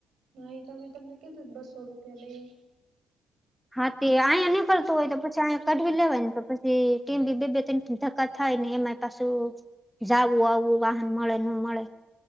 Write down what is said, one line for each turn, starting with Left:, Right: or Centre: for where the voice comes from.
Right: હા એ તો મે તમને કીધું બસો રૂપિયા લય એમ.
Centre: હા તે આયા નીકળતું હોય તો પછી અંયા કઢવી લેવાય ને તો પછી ટીમ બી બે બે તન ધક્કા થાય ને એમાંય પાછું જાવું આવવું વાહન મળે નો મળે.